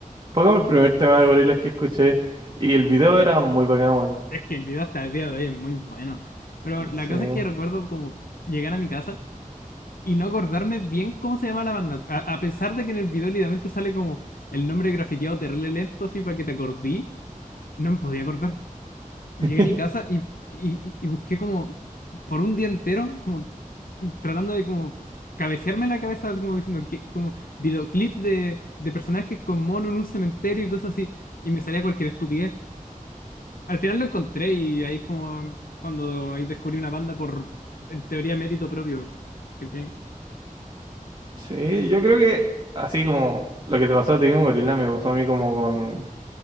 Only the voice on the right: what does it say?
Fue como el primer tema de gorilas que escuché. Y el video era muy bacán, weón.
Sí.
<laughs>
Sí, yo creo que. Así como. Lo que te pasó a ti con gorila me pasó a mí como con.